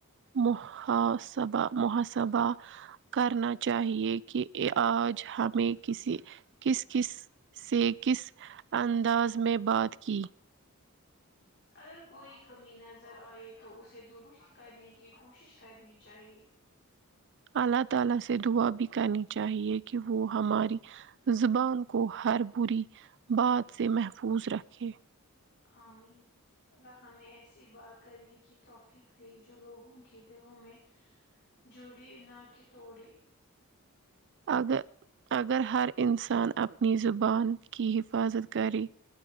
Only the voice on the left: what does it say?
اگر کوئی کمی نظر آئے تو اسے درست کرنے کی کوشش کرنی چاہیے
امین اللہ ہمیں ایسی بات کرنے کی توفیق دے جو لوگوں کے دلوں میں جوڑے ناکہ توڑے